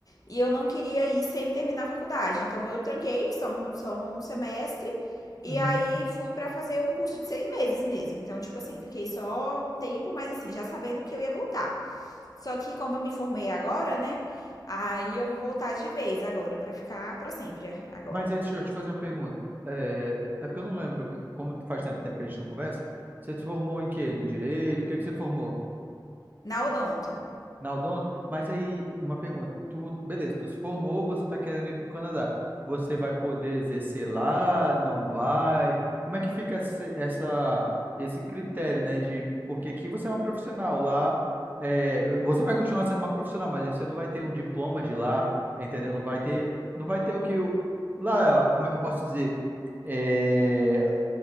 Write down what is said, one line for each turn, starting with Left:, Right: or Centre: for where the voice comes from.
Left: e eu não queria ir sem terminar a faculdade. Então, eu tranquei só um, só um semestre. E
Right: Uhum.
Left: aí fui pra fazer um curso de seis meses mesmo. Então, tipo assim, fiquei só um tempo, mas assim, já sabendo que eu ia voltar. Só que como eu me formei agora, né? Aí eu vou voltar de vez agora, pra ficar pra sempre agora.
Right: Mas aí, deixa eu te fazer uma pergunta. É, é porque eu não lembro, que- como faz tanto tempo que a gente não conversa, você se formou em quê? No direito? O que que você formou?
Left: Na Odonto.
Right: Na Odonto? Mas aí, uma pergunta. Tu, beleza, tu se formou, você está querendo ir para o Canadá. Você vai poder exercer lá? Não vai? Como é que fica esse, essa, esse critério, né? De, porque aqui você é uma profissional, lá é, você vai continuar sendo uma profissional, mas você não vai ter um diploma de lá, entendeu? Não vai ter, não vai ter o que o, lá, como é que eu posso dizer? É,